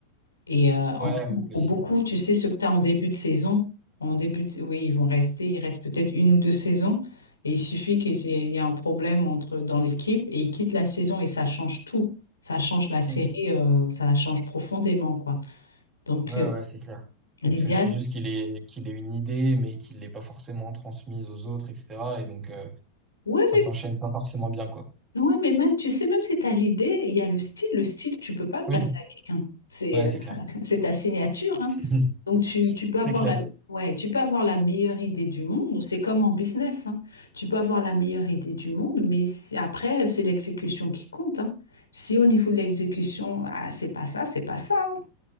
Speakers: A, on the left; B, on the right.
A: Et euh, en-
B: Ouais, ouais, possible.
A: pour beaucoup, tu sais, ce que tu as en début de saison, en début de- oui, ils vont rester, il reste peut-être une ou deux saisons, et il suffit qu'il y ait il y ait un problème entre, dans l'équipe, et ils quittent la saison, et ça change tout. Ça change la série,
B: Mm.
A: euh, ça la change profondément, quoi. Donc,
B: Ouais,
A: euh,
B: ouais, c'est clair.
A: l'idéal,
B: Et parce que je suis juste qu'il ait, qu'il ait une idée, mais qu'il l'ait pas forcément transmise aux autres, etc. Et donc, euh,
A: oui,
B: ça s'enchaîne pas forcément bien, quoi.
A: Ouais, mais même, tu sais, même si tu as l'idée, il y a le style. Le style, tu peux pas le passer
B: Oui,
A: à quelqu'un. C'est
B: ouais,
A: euh,
B: c'est clair.
A: <laughs> c'est ta signature, hein.
B: <laughs>
A: Donc, tu, tu peux
B: C'est
A: avoir
B: clair.
A: la, ouais, tu peux avoir la meilleure idée du monde. C'est comme en business, hein. Tu peux avoir la meilleure idée du monde, mais si- après, c'est l'exécution qui compte, hein. Si au niveau de l'exécution, ah, c'est pas ça, c'est pas ça. hein.